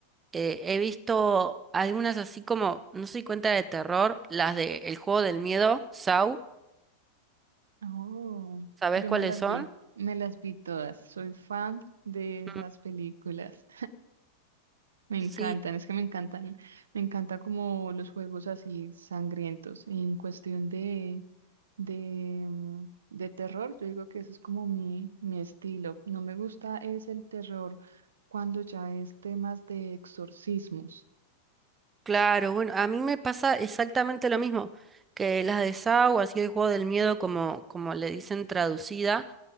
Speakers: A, on the right; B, on the right.
A: Eh, he visto algunas así como, no soy cuenta de terror, las de El juego del miedo, Saw,
B: Oh,
A: ¿sabes
B: yo
A: cuáles
B: me las
A: son?
B: vi, me las vi todas. Soy fan de esas
A: Mm,
B: películas. Me
A: Sí,
B: encantan, es que me encantan, me encanta como los juegos así sangrientos. En cuestión de, de, mm, de terror, yo digo que eso es como mi, mi estilo. No me gusta es el terror cuando ya es temas de exorcismos.
A: claro, bueno, a mí me pasa exactamente lo mismo, que las de Saw, así el juego del miedo como, como le dicen traducida.